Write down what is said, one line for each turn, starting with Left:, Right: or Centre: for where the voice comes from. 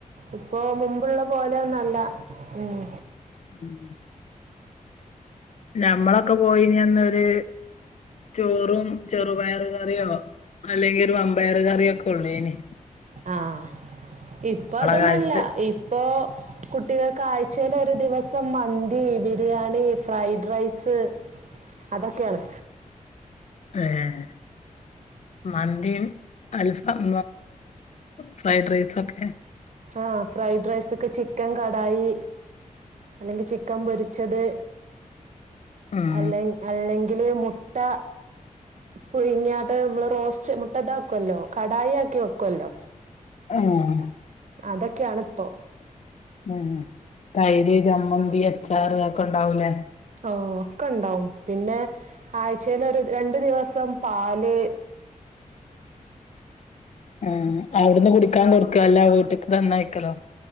Right: ഇപ്പൊ മുമ്പുള്ള പോലെ ഒന്നുല്ല മ്മ്
Left: മ്മ് ഞമ്മളൊക്കെ പോയിനി അന്ന് ഒര് ചോറും ചെറുപയർ കറിയോ അല്ലെങ്കിൽ ഒരു വമ്പയർ കറിയെ ഒക്കെ ഒള്ളേനി
Right: ആഹ് ഇപ്പൊ അതൊന്നല്ല
Left: കാലത്ത്
Right: ഇപ്പോ കുട്ടികൾക്ക് ആഴ്ചൽ ഒരു ദിവസം മന്തി ബിരിയാണി ഫ്രൈഡ് റൈസ് അതൊക്കെയാണ്
Left: മ്‌ഹ് മന്തിം അൽഫം ഫ്രൈഡ് റൈസ ഒക്കെ
Right: ആഹ ഫ്രൈഡ്റൈസ് ഒക്കെ ചിക്കൻ കടായി അല്ലെങ്കിൽ ചിക്കൻ പൊരിച്ചത്
Left: ഉം
Right: അല്ല അല്ലെ മുട്ട പുഴുങ്ങാട്ട് നമ്മള് റോസ്റ്റ് മുട്ട ഇതാക്കുവല്ലോ കടായി ആക്കി വെക്കുവല്ലോ
Left: ആഹ്
Right: അതൊക്കെയണ ഇപ്പൊ
Left: ഉം തൈര് ചമ്മന്തി അച്ചാർ ഒക്കെ ഉണ്ടാവൂലേ
Right: ഓ ഒക്കെ ഉണ്ടാവും പിന്നെ ആഴ്ചൽ ഒരു രണ്ടു ദിവസം പാല്
Left: ആ അവിടുന്ന് കുടി ക്കാൻ കൊടുക്കുക അല്ല വീട്ട് നന്നായിക്കല